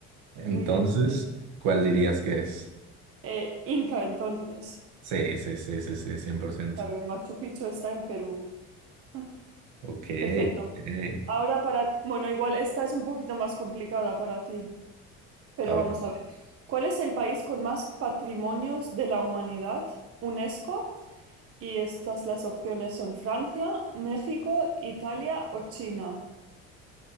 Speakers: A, on the right; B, on the right.
A: Entonces,
B: muy bien, muy bien.
A: ¿cuál dirías que es?
B: Eh, Inca entonces.
A: Sí, sí, sí, sí, sí, 100%.
B: Claro, el Machu Picchu está en Perú. Ah.
A: Ok,
B: Perfecto.
A: ok.
B: Ahora para, bueno, igual esta es un poquito más complicada para ti, pero
A: A ver.
B: vamos a ver. ¿Cuál es el país con más patrimonios de la humanidad? UNESCO. Y estas las opciones son Francia, México, Italia o China.